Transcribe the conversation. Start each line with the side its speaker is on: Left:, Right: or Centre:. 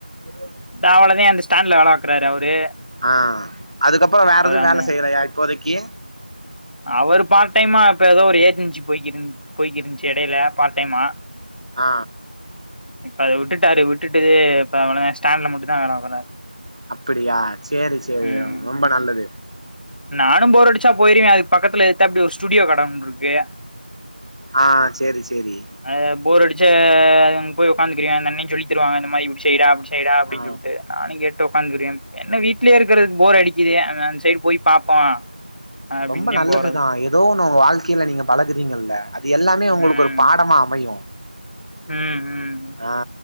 Right: உம் <inaudible>
Left: ந்தா அவ்வளதே அந்த ஸ்டேண்ல வேல பாக்குறாரு அவரு
Right: ஆ அதுக்கப்புறோ வேற எது
Left: அந்த
Right: வேல செய்யறையா இப்போதைக் க்கி
Left: அவரு பார்ட் டைமா இப்ப எதோ ஒரு ஏஜன்சி போயிகிட்டு இருந் போய்கிட்ருஞ்சு எடையில பார்ட் டைமா
Right: ஆ
Left: இப்ப அத விட்டுட்டாரு விட்டுட்டு இப்ப அவன ஸ்டேண்ல மட்டுநதா வேல பாக்குறாரு
Right: அப்டியா சேரி சேரி
Left: ம்
Right: ரொம்ப நல்லது
Left: நானும் போற புடிச்சா போயிருவே அதுக்கு பக்கத்துல எதுத்தாப்டி ஒரு ஸ்டுடியோ கட ஒண்ணு இருக்கு
Right: ஆ சேரி சேரி
Left: அது போர் அடுச்ச அதுக் அங்க போய் உக்காந்துக்குறியா அந்த அண்ணை சொல்லித்தருவாங்க இந்த மாரி இப்புடி செய்டா அப்டி செய் செய்டா அப்டின்
Right: ஆ
Left: சொல்ட்டு நானுங் கேட் ட்டு உக்காந்துருவேம் என்ன வீட்லயே இருக்குறக்கு போர் அடிக்குது அதாஞ்ச் சைடு போய் பாப்போ அப்டின்தே
Right: ரொம்ப நல்லதுதா
Left: போறது
Right: எதோ ஒண்ணு உங் வாழ்க்கையில நீங்க பழகுறீங்கல்ல அது எல்லாமே உங்களுக்கு
Left: ம்
Right: ஒரு பாடமா அமையு
Left: ம் ம்
Right: ஆ